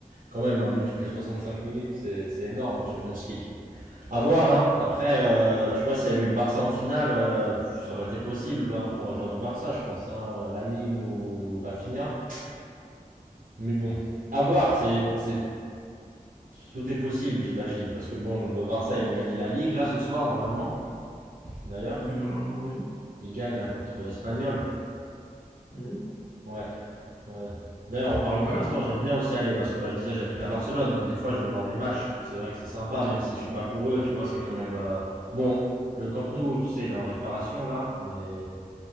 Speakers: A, on the right; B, on the left.
A: quand même un but toutes les 65 minutes. C'est c'est énorme en Champions League. À voir. Hein. Après, euh, tu vois, s'il y avait eu le Barça en finale, euh, pff, ça aurait été possible ben, pour un joueur du Barça, je pense. Hein. Lamine ou Rafinha. Mais bon, à voir. C'est c'est tout est possible, j'imagine, parce que bon, le Barça, ils vont gagner la Ligue là ce soir normalement. D'ailleurs,
B: oui, normalement, oui.
A: ils gagnent là contre Espanyol.
B: Oui.
A: Ouais, ouais. D'ailleurs, en parlant
B: Mais
A: de passe-temps,
B: bon,
A: j'aime bien aussi aller parce que bah, je disais, j'habite à Barcelone, donc des fois, je vais voir des matchs. C'est vrai que c'est sympa, même si je suis pas pour eux, tu vois, c'est quand même euh, bon. Le Camp Nou, tu sais, il est en réparation là, mais